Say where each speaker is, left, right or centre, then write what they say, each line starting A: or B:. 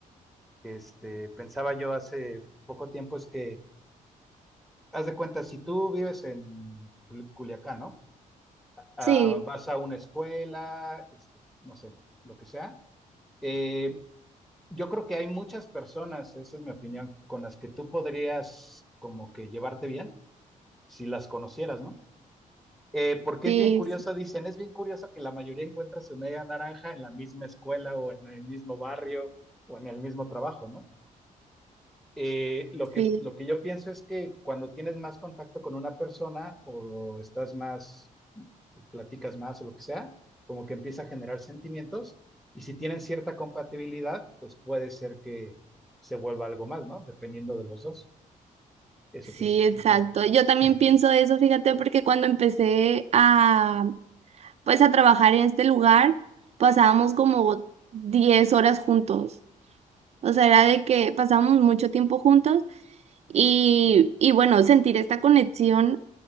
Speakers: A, in the centre; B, on the right (about 50°).
A: que, este, pensaba yo hace poco tiempo es que, haz de cuenta, si tú vives en Cul- Culiacán, ¿no? Ah,
B: sí,
A: vas a una escuela, este, no sé, lo que sea. eh, yo creo que hay muchas personas, esa es mi opinión, con las que tú podrías como que llevarte bien si las conocieras, ¿no? Eh, porque
B: sí,
A: es bien curioso, dicen, es bien curioso que la mayoría encuentra su media naranja en la misma escuela o en el mismo barrio o en el mismo trabajo, ¿no? Eh, lo que,
B: sí,
A: lo que yo pienso es que cuando tienes más contacto con una persona o estás más y platicas más o lo que sea, como que empieza a generar sentimientos y si tienen cierta compatibilidad, pues puede ser que se vuelva algo más, ¿no? Dependiendo de los dos. Eso
B: sí,
A: pienso,
B: exacto.
A: quién sabe.
B: Yo también
A: <laughs>
B: pienso eso, fíjate, porque cuando empecé a, pues, a trabajar en este lugar, pasábamos como 10 horas juntos. O sea, era de que pasábamos mucho tiempo juntos y, y bueno, sentir esta conexión